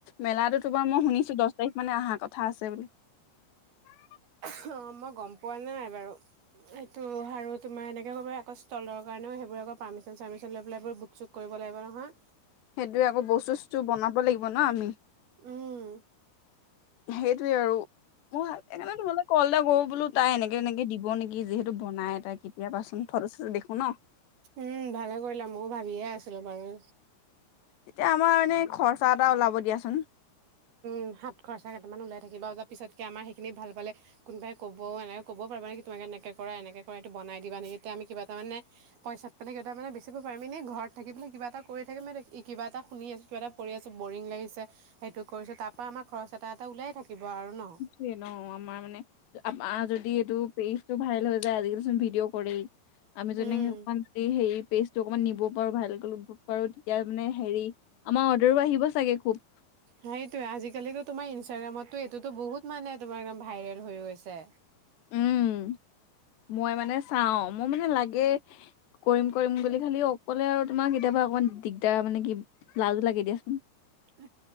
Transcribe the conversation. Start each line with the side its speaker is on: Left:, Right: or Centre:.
Left: মেলাটো তোমাৰ মই শুনিছো দহ তাৰিখ মানে অহা কথা আছে বুলি। <unintelligible>
Right: অ মই গম পোৱা নাই বাৰু, এইটো আৰু তোমাৰ এনেকে কবা। আকৌ ষ্টলৰ কাৰণেও সেইবোৰ আক পাৰমিচন চাৰ্মিচন লৈ পেলাইবোৰ বুক চুক কৰিব লাগিব নহয়।
Left: সেইটোয়ে আকৌ বস্তু চস্তু বনাব লাগিব ন আমি।
Right: উম
Left: সেইটোৱে আৰু। মই সকাৰণে তোমালে কল এটা কৰ বোলো তাই এনেকে এনেকে দিব নেকি যিহেতু বনাই তাই সুবি। ঘৰত তো দেখো ন
Right: উম ভালে কৰিলা ময়ো ভাবিয়ে আছিলো বাৰু।
Left: তেতিয়া আমাৰ এনেই খৰচা এটা ওলাব দিয়াচোন।
Right: সিহঁত খৰিচা কেইটামান উলাই থাকিব বা পিছক কি আমাৰ সেইখিনি ভাল কোনোই কব এনেক কব পাৰা নে তোমালোকে এনেকে কৰা এনেকে কৰা এইটো বনাই দিবা নি আমি কিবা এটা পইচা মানে বেচিব পাৰিম এনে ঘৰত থাকি কিবা এটা কৰি থাকে মে কিবা এটা শুনি আছো কিব এটা কৰি আছো বৰিং লাগিছে। সেইটো কৰিছো তাৰ পৰা আমাৰ খৰচ এটা এটা ওলাই থাকিব আৰু ন।
Left: নিয়ে ন আমাৰ মানে আমা যদি এইটো পে। ভাইৰেল হৈ যায় আজি কালিচোন ভিডিঅ কৰি, আমি যেনেক
Right: উম
Left: অকমান হে পেজ টো অকমান নি- ব পাৰো ভাইৰেল ক'লো। বাৰু তেতিয়া মানে হেৰি আমাৰ অৰ্ডাৰো আহিব চাগে খুব।
Right: সেইটোয়ে আজিকালিতো তোমাৰ ইনষ্টাগ্ৰামতো এইটোতো বহুত মানে তোমাৰ ভাইৰেল হৈ গৈছে।
Left: উম মই মানে চাও মই মানে লাগে, কৰিম কৰিম বুলি খালি অকলে আৰু তোমাক কেতিয়াবা। অকমান দিগদাৰ, মানে কি লাজো লাগে দিয়াচোন।
Right: অ